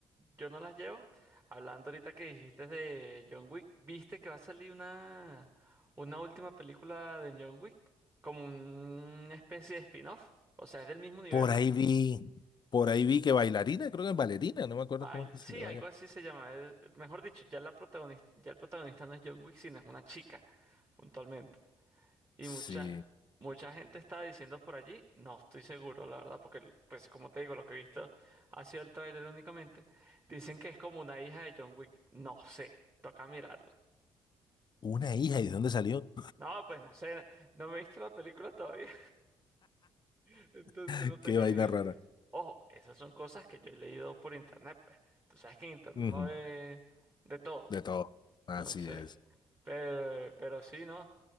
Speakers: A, on the right; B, on the left.
A: Yo no las llevo. Hablando ahorita que dijiste de John Wick, ¿viste que va a salir una, una última película de John Wick? Como una especie de spin-off. O sea, es del mismo universo.
B: Por ahí vi, por ahí vi que bailarina, creo que es bailarina, no me acuerdo
A: Bail-
B: cómo es que
A: sí,
B: se le vaya.
A: algo así se llama. Es- mejor dicho, ya la protagonista, ya el protagonista no es John Wick, sino es una chica, puntualmente. Y
B: Sí,
A: mucha, mucha gente está diciendo por allí, no estoy seguro, la verdad, porque pues como te digo, lo que he visto ha sido el tráiler únicamente. Dicen que es como una hija de John Wick. No sé, toca mirarlo.
B: una hija, ¿y de dónde salió?
A: No, pues no sé, no me he visto la película todavía, <laughs> entonces
B: <laughs>
A: no tengo
B: Qué vaina
A: ni idea.
B: rara.
A: Ojo, esas son cosas que yo he leído por internet, pues. Tú sabes que en internet
B: Ujú,
A: uno ve de todo.
B: de todo, así
A: Entonces,
B: es.
A: pero, pero sí, ¿no?